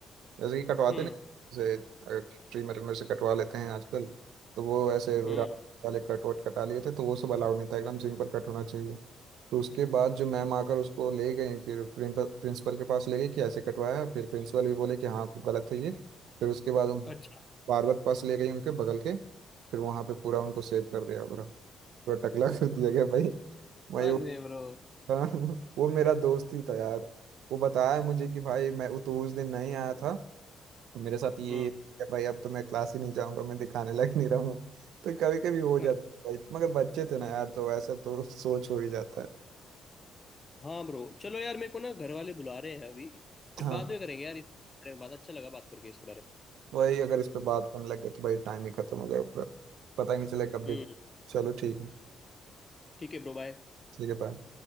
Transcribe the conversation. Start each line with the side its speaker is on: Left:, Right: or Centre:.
Right: जैसे कि कटवाते
Left: हम्म
Right: नहीं जैसे ट्री मेरे मेरे से कटवा लेते हैं आजकल तो वो ऐसे विराट
Left: हम्म
Right: वाले कट वट कटा लिए थे तो वो सब अलाउड नहीं था एकदम सिंपल कट होना चाहिए तो उसके बाद जो मैम आकर उसको ले गई फिर प्रिंसिपल प्रिंसिपल के पास ले गई कि ऐसे कटवाया है। फिर प्रिंसिपल भी बोले कि हाँ गलत है ये फिर उसके बाद हम
Left: अच्छा
Right: बार्बर पास ले गई उनके बगल के फिर वहाँ पे पूरा उनको सेव कर दिया पूरा पूरा टकला <laughs> कर दिया गया भाई वही
Left: अरे
Right: वो
Left: ब्रो
Right: था <laughs> वो मेरा दोस्त ही था यार वो बताया मुझे कि भाई मैं वो तो उस दिन नहीं आया था तो मेरे साथ ये
Left: हम्म
Right: है भाई अब तो मैं क्लास ही नहीं जाऊंगा मैं दिखाने लायक नहीं रहूँ तो कभी कभी हो जाता
Left: अच्छा
Right: है भाई मगर बच्चे थे ना यार तो वैसे तो सोच हो ही जाता है
Left: हाँ ब्रो चलो यार मेरे को ना घर वाले बुला रहे हैं अभी फिर
Right: हाँ
Left: बाद में करेंगे यार इस बारे में बात अच्छा लगा बात करके इसके बारे
Right: वही अगर इस पे बात करने लग गए तो भाई टाइम ही खत्म हो जाएगा पूरा पता ही नहीं चले कब
Left: में
Right: भी
Left: हम्म
Right: चलो ठीक है
Left: ठीक है ब्रो बाय
Right: ठीक है बाय